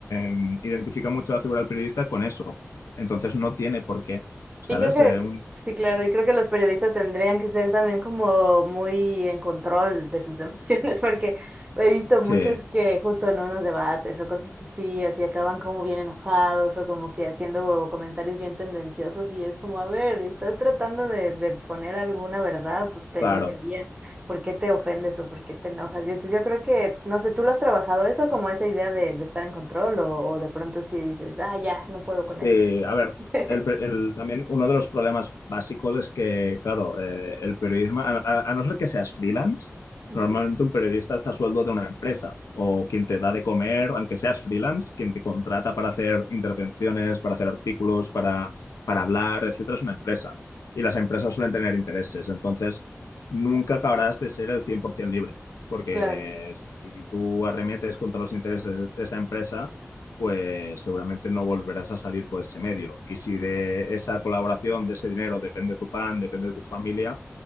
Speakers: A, on the left (about 75°); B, on the right (about 25°).
A: mm, identifica mucho la figura del periodista con eso, entonces no tiene por qué, ¿sabes?
B: Y creo que,
A: Eh, un-
B: sí, claro, y creo que los periodistas tendrían que ser también como muy en control de sus emociones, <laughs> porque he visto muchos
A: sí,
B: que justo en unos debates o cosas así, así acaban como bien enojados o como que haciendo comentarios bien tendenciosos y es como, a ver, estás tratando de, de poner alguna verdad te-
A: claro.
B: en teoría, ¿por qué te ofendes o por qué te enojas? Yo, entonces yo creo que, no sé, ¿tú lo has trabajado eso como esa idea de, de estar en control o, o de pronto sí dices, ah, ya, no puedo
A: Sí,
B: con esto?
A: a ver,
B: <laughs>
A: el pe- el- también uno de los problemas básicos es que, claro, eh, el periodismo, a, a- a no ser que seas freelance,
B: Ujú,
A: normalmente un periodista está a sueldo de una empresa o quien te da de comer, aunque seas freelance, quien te contrata para hacer intervenciones, para hacer artículos, para, para hablar, etcétera, es una empresa. Y las empresas suelen tener intereses, entonces nunca acabarás de ser el 100% libre, porque
B: Claro.
A: si tú arremetes contra los intereses de esa empresa pues seguramente no volverás a salir por ese medio. Y si de esa colaboración, de ese dinero, depende tu pan, depende de tu familia,